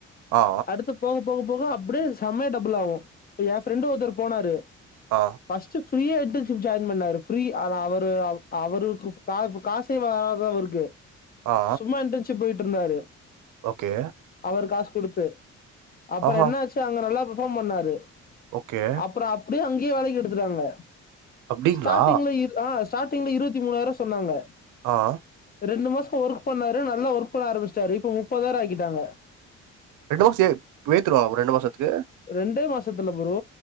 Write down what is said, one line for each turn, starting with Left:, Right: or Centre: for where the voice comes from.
Right: ஆ
Left: அடுத்து போக போக போக அப்டியே செமையா டபுள் ஆகூ இப்ப எஏ ஃப்ரெண்டு ஒருத்தரு போனாரு
Right: ஆ
Left: பஸ்ட்டு ஃப்ரீயா இன்டென்ஷிப் ஜாயின் பண்ணாரு ஃப்ரீ ஆனா அவரு அவ் அவருக்கு ஸ்டாஃபூ காசே வலாதவருக்கு
Right: ஆ
Left: சும்மா இன்டர்ன்ஷிப் போயிட்ருந்தாரு
Right: ஓகே
Left: அவரு காசு குடுத்து அப்பறோ
Right: ஆஹா
Left: என்ன ஆச்சி அங்க நல்லா பெர்ஃபார்ம் பண்ணாரு
Right: ஓகே
Left: அப்புறோ அப்டியே அங்கேயே வேலைக்கெடுத்துட்டாங்க
Right: அப்டிங்களா
Left: ஸ்டாட்டிங்ல இரு ஆ ஸ்டார்டிங்ல இருவத்தி மூணாயிருவா சொன்னாங்க
Right: ஆஹ்
Left: ரெண்டு மாசோ ஒர்க் பண்ணாரு நல்லா ஒர்க் பண்ண ஆரம்பிச்சிட்டாரு இப்ப முப்பதாயிரோ ஆக்கிட்டாங்க
Right: ரெண்டு மாசோ ஏ வேத்துருவாம் ரெண்டு மாசத்துக்கு
Left: ரெண்டே மாசத்துல புரோ